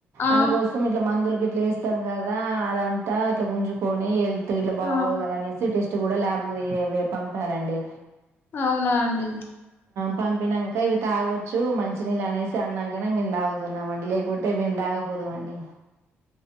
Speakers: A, on the left (about 50°); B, on the right (about 70°).
A: ఆ
B: అందుకోసం ఇట్లా మందులు గిట్ల యేస్తాం గదా అదంతా ఇట్లా గుంజుకొని వెళ్తు ఇలా బాగోదు
A: ఆ,
B: గద అనేసి టెస్ట్ కూడా ల్యాబ్కి పంపారంండి
A: అవునా అండి
B: పంపినంక ఇవి తాగొచ్చు మంచినీల్లనేసి అన్నంకనే మేము తాగుతున్నాంమండి లేకుతే టే మేంతాగపోదుమండి